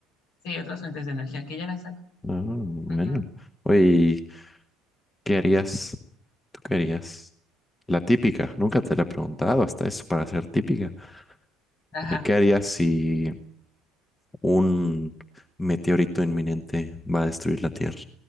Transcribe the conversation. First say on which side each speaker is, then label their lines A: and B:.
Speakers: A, on the left; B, on the left.
A: sí, otras fuentes de energía, que ya las hay.
B: Ah, bueno.
A: Ujú,
B: Oye, ¿y ¿qué harías? ¿Tú qué harías? La típica, nunca te la he preguntado hasta eso para ser típica.
A: Ajá.
B: Eh, ¿qué harías si un meteorito inminente va a destruir la Tierra